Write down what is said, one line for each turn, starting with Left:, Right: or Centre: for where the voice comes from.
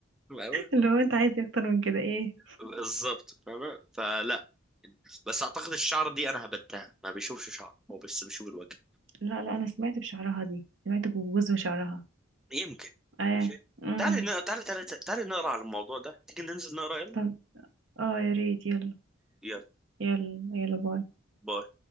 Centre: ايه
Right: اللي هو انت عايز إيه اكتر من كده ايه
Centre: بالظبط فاهمة فلا بس اعتقد الشعر دي انا هبتها ما بيشوفش شعر هو بس بيشوف الوجه
Right: لا لا انا سمعت بشعرها دي سمعت بجوز وشعرها
Centre: يمكن
Right: اه
Centre: ماشي
Right: امم
Centre: تعالي ن- تعالي تعالي تعالي نقرا على الموضوع ده تيجي ننزل نقرا يلا
Right: طب اه يا ريت يلا
Centre: يلا
Right: يلا يلا باي
Centre: باي